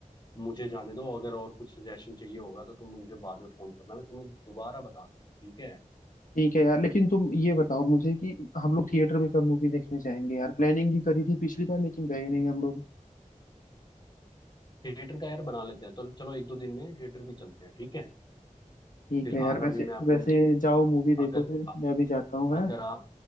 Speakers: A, on the left; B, on the left.
A: मुझे जाने दो अगर और कुछ सजेशन चाहिए होगा तो तुम मुझे बाद में फोन करना मैं तुम्हें दोबारा बता दूँ ठीक है
B: ठीक है यार लेकिन तुम ये बताओ मुझे कि हम लोग थिएटर में कब मूवी देखने जाएंगे यार प्लानिंग भी करी थी पिछली बार लेकिन गए नहीं हम लोग
A: थिएटर का यार बना लेते हैं तो चलो एक दो दिन में थिएटर भी चलते हैं ठीक है
B: ठीक
A: फिलहाल
B: है यार वैसे
A: अभी मैं अपनी
B: वैसे
A: मूवी
B: जाओ मूवी देखो
A: अगर
B: फिर मैं भी जाता हूँ
A: अगर
B: है
A: आप